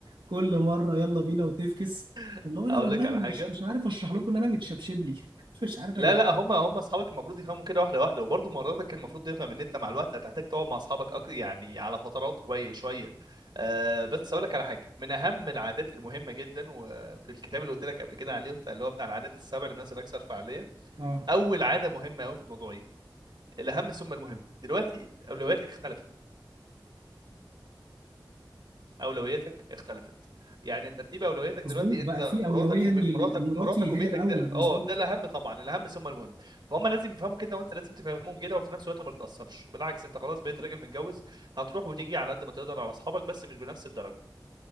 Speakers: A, on the right; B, on the right.
A: كل مره يلا بينا وتفكس
B: <laughs>
A: اللي هو انا
B: اقول
A: والله
B: لك على
A: مش
B: حاجه
A: مش عارف اشرح لكم ان انا متشبشب لي <laughs> مش عارف
B: لا
A: اجيب
B: لا هم هم اصحابك المفروض يفهموا كده واحده واحده وبرضه مراتك المفروض تفهم ان انت مع الوقت هتحتاج تقعد مع اصحابك أك... يعني على فترات كويس شويه آه بس اقول لك على حاجه من اهم العادات المهمه جدا وفي الكتاب اللي قلت لك قبل كده عليه اللي هو بتاع العادات السبع للناس الاكثر فعاليه
A: اه
B: اول عاده مهمه قوي في الموضوع ايه الاهم ثم المهم دلوقتي اولوياتك اختلفت اولوياتك اختلفت يعني ترتيب اولوياتك
A: مظبوط
B: دلوقتي
A: بقى
B: انت
A: في
B: مراتك
A: اولويه
B: ومراتك
A: ان ال- مراتي
B: ومراتك وبيتك
A: هي الاولى
B: ده
A: مظبوط
B: اه ده الاهم طبعا الاهم ثم المهم فهم لازم يفهموا كده وانت لازم تفهمهم كده وفي نفس الوقت ما تتاثرش بالعكس انت خلاص بقيت راجل متجوز هتروح وتيجي على قد ما تقدر على اصحابك بس مش بنفس الدرجه